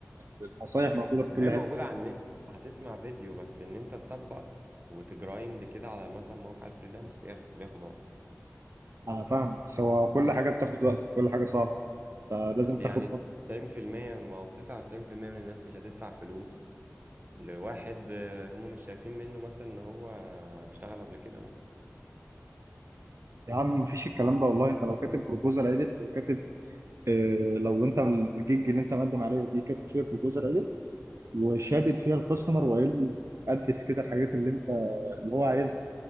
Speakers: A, on the right; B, on the right.
A: فالنصايح موجوده في
B: ما
A: كل
B: هي موجودة
A: حته
B: على النت هتسمع فيديو بس ان انت تطبق وتجرايند كده على مثلا موقع الفريلانس بياخد بياخد وقت
A: انا فاهم بس هو كل حاجه بتاخد وقت وكل حاجه صعبه فلازم
B: بس
A: تاخد
B: يعني
A: خطوه
B: 90% او 99% من الناس مش هتدفع فلوس لواحد آه، هم مش شايفين منه مثلا ان هو اشتغل قبل كده مثلا
A: يا عم مفيش الكلام ده والله انت لو كاتب بروبوزال عدل وكاتب اه لو انت الجيج اللي انت مقدم عليها دي كاتب فيها بروبوزال عدل وشادد فيها الكاستمر وقايل له ادرس كده الحاجات اللي انت اللي هو عايزها